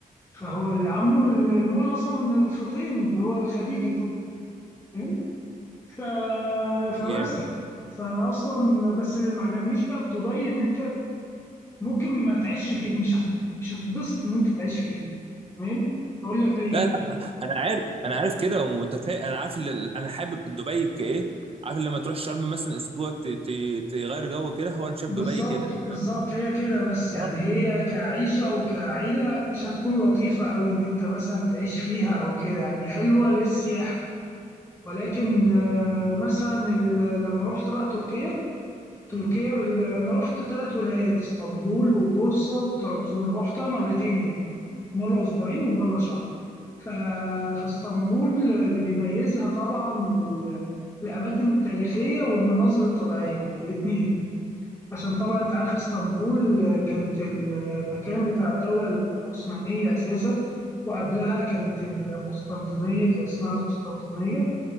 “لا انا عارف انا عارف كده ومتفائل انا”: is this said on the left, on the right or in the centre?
Right